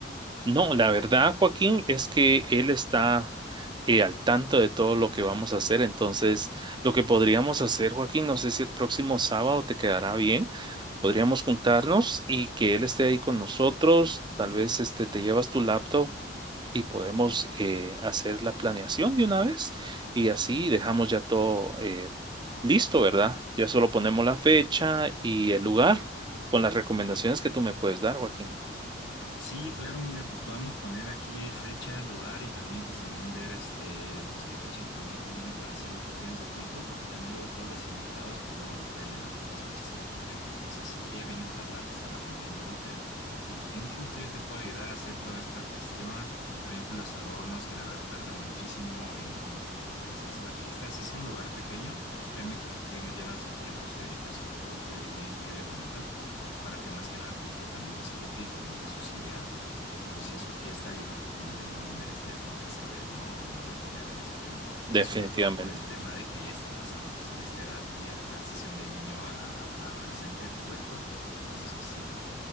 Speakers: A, on the right; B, on the left.
A: No, la verdad, Joaquín, es que él está eh, al tanto de todo lo que vamos a hacer. Entonces, lo que podríamos hacer, Joaquín, no sé si el próximo sábado te quedará bien. Podríamos juntarnos y que él esté ahí con nosotros. Tal vez este, te llevas tu laptop y podemos eh, hacer la planeación de una vez y así dejamos ya todo eh, listo, ¿verdad? Ya solo ponemos la fecha y el lugar con las recomendaciones que tú me puedes dar, Joaquín.
B: Sí, claro, mira, pues podemos poner aquí fecha, lugar y también pues también ver este, pues qué fecha también conviene para hacer el cumpleaños de tu hijo, porque también luego todos los invitados pues luego no pueden en algunas fechas en concreto, entonces estaría bien estarla, estarla planeando ahorita y pues con mucho gusto yo te puedo ayudar a hacer toda esta cuestión, también pues los adornos que la verdad tarda muchísimo en, en, en organizarse la fiesta, si es un lugar pequeño, créeme que pues tiene, lleva su tiempo, su dedicación, que todo quede bien, quede bonito y pues para que más que nada tu hijo también disfrute y pues nos dé sus ideas, ya que pues si es su fiesta, yo creo que también él merecería como que saber, ¿no? Y opinar en ese tema.
A: Definitivamente.
B: Y sobre todo por el tema de que ya está pasando pues en esta edad y a transición de niño a, a- a adolescente, puberto. Entonces, pues sí.